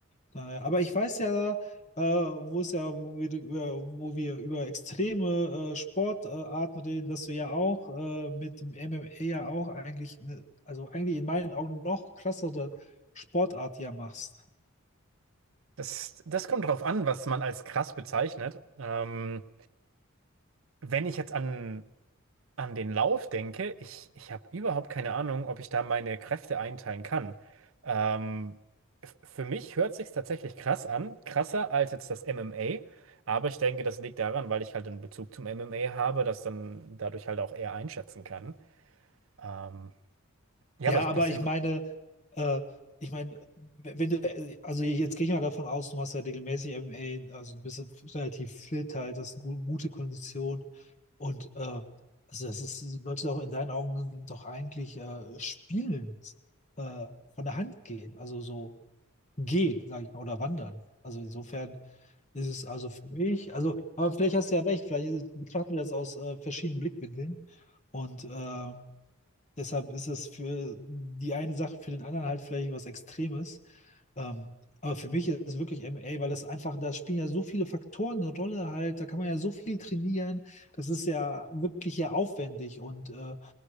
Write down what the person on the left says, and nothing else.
Daher, aber ich weiß ja, äh, wo es ja, wo wir über, wo wir über extreme äh, Sportarten reden, dass du ja auch äh, mit dem MMA ja auch eigentlich, ne, also eigentlich in meinen Augen noch krassere Sportart ja machst.
Ja,
aber
ich meine, äh, ich meine, wenn du, also jetzt gehe ich mal davon aus, du machst ja regelmäßig MMA, also du bist ja relativ fit halt, das ist eine gu- gute Kondition und äh, also das ist, sollte doch in deinen Augen doch eigentlich äh, spielen äh, von der Hand gehen, also so gehen, sage ich mal, oder wandern. Also insofern ist es also für mich, also, aber vielleicht hast du ja recht, vielleicht ist betrachten wir das aus äh, verschiedenen Blickwinkeln und äh, Deshalb ist es für die eine Sache, für den anderen halt vielleicht was Extremes. Ähm, aber für mich ist es wirklich MA, weil das einfach, da spielen ja so viele Faktoren eine Rolle halt, da kann man ja so viel trainieren. Das ist ja wirklich ja aufwendig und äh,